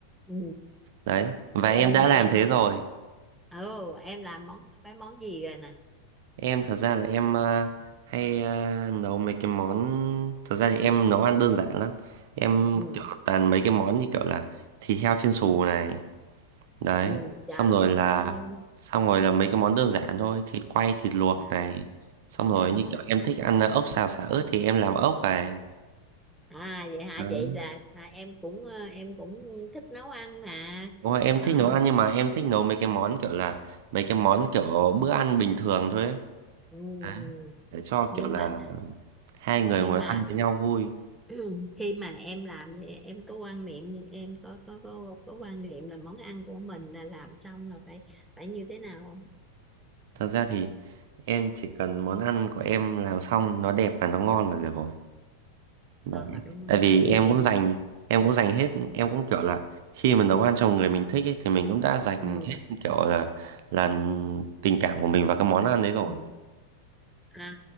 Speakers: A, in the centre; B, on the right.
A: ừ.
B: đấy và
A: rồi
B: em
A: em
B: đã
A: em
B: làm thế
A: nấu
B: rồi
A: ồ em làm món mấy món gì rồi nè
B: Em thật ra là em ờ, hay ờ, nấu mấy cái món thật ra thì em nấu ăn đơn giản lắm. Em
A: ừ
B: kiểu toàn mấy cái món như kiểu là thịt heo chiên xù này, đấy.
A: ừ chà
B: Xong rồi là
A: mấy món đấy
B: xong rồi là mấy cái món đơn giản thôi, thịt quay, thịt luộc
A: à
B: này. Xong rồi
A: à
B: như kiểu em thích ăn ờ, ốc xào xả ớt thì em làm ốc này.
A: à vậy hả
B: Đấy.
A: vậy là à, em cũng ờ, em cũng thích nấu ăn mà
B: Đúng rồi, em
A: không
B: thích nấu ăn nhưng mà em thích nấu mấy cái món kiểu là mấy cái món kiểu bữa ăn bình thường thôi ấy.
A: ừ,
B: Đấy,
A: ừ.
B: để cho
A: nhưng
B: kiểu là
A: mà
B: hai người
A: nhưng
B: ngồi
A: mà
B: ăn với nhau vui.
A: <clears throat> khi mà em làm thì em có quan niệm em có có có có quan niệm là món ăn của mình là làm xong là phải phải như thế nào không
B: Thật ra thì em chỉ cần món ăn của em làm xong nó đẹp và nó ngon là được rồi. Đấy.
A: à đúng
B: Tại
A: rồi
B: vì em cũng dành em cũng dành hết em cũng kiểu là khi mà nấu ăn cho người mình thích ấy, thì mình cũng đã dành
A: <laughs> ừ.
B: hết kiểu là là tình cảm của mình vào cái món ăn đấy rồi.
A: Ừ. À,